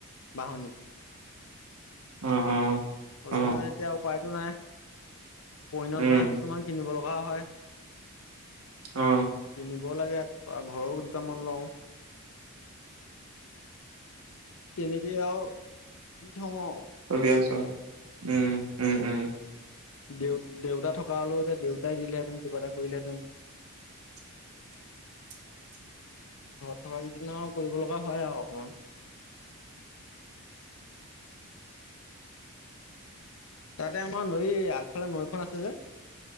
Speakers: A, on the left (about 65°); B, on the right (about 80°).
A: বাহনিত।
B: অ অ
A: হ'লেও
B: অ
A: মানে এতিয়া উপায়তো নাই পৈনত
B: উম
A: বা কিছুমান কিনিব খোৱা হয়
B: অ
A: কিনিব লাগে বা ঘৰৰো দুটামান লওঁ। কেনেকে আও দি থও অ
B: চলি আছ উম উম উম
A: দেউ দেউতা থকা হ'লেও দেউতাই দিলেহেঁতেন কিবা এটা কৰিলেহেতেন।
B: <inaudible>
A: ঘৰত থকা কেইদিনা আও কৰিব লগা হয় আও অকমান তাতে আমাৰ নৈ আগফালে নৈখন আছে যে।